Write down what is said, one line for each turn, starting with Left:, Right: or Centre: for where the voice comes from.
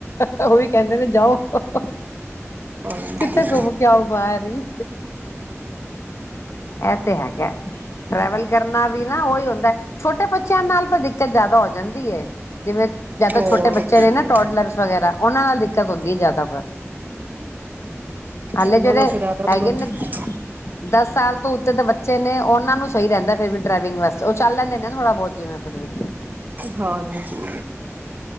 Left: ਉਹ ਵੀ ਕਹਿੰਦੇ ਨੇ ਜਾਓ। <inaudible>
Right: ਹਾਂਜੀ।
Left: ਕਿੱਥੇ ਘੁੰਮ ਕਿਉ ਬਾਹਰ ਹੀ ਇਹ ਤੇ ਹੈਗਾ ਟਰੈਵਲ ਕਰਨਾ ਵੀ ਨਾ ਉਹੀ ਹੁੰਦਾ ਛੋਟੇ ਬੱਚਿਆਂ ਨਾਲ ਪਰ ਦਿੱਕਤ ਜ਼ਿਆਦਾ ਹੋ ਜਾਂਦੀ ਹੈ ਜਿਵੇਂ ਜਾਂ ਤਾਂ
Right: ਹੋਰ
Left: ਛੋਟੇ ਬੱਚੇ
Right: ਕੀ
Left: ਨੇ ਨਾ ਟੋਡਲਰਸ ਵਗੈਰਾ ਉਹਨਾਂ ਨਾਲ ਦਿੱਕਤ ਹੁੰਦੀ ਜ਼ਿਆਦਾ ਪਰ ਹਾਲੇ
Right: ਉਹਨਾਂ
Left: ਜਿਹੜੇ
Right: ਦਾ ਫਿਰ ਆਇਆ
Left: ਹੈਗੇ
Right: ਉਹਨਾਂ ਨੂੰ
Left: ਨੇ ਦਸ ਸਾਲ ਤੋਂ ਉੱਤੇ ਦੇ ਬੱਚੇ ਨੇ ਉਹਨਾਂ ਨੂੰ ਸਹੀ ਰਹਦਾ ਫਿਰ ਵੀ ਡਵਿੰਗ ਵਾਸਤੇ ਉਹ ਚੱਲ ਲੈਂਦੇ ਨੇ ਨਾ ਥੋੜ੍ਹਾ ਬਹੁਤ ਜਿਵੇਂ ਫਿਰ ਵੀ
Right: ਹਾਂਜੀ